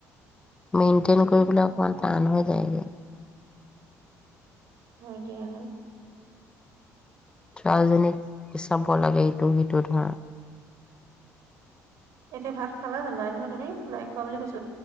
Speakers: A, on the left; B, on the right.
A: মেইনটেইন
B: উম,
A: কৰিবলে অকমান টান। <unintelligible>
B: হয় দিয়া ন'।
A: ছোৱালীজনীক চাব লাগে সটো সিটো ধৰা
B: এতিয়া ভাত খালা নাই নহয় তুমি? নাই খোৱা বুলি কৈছ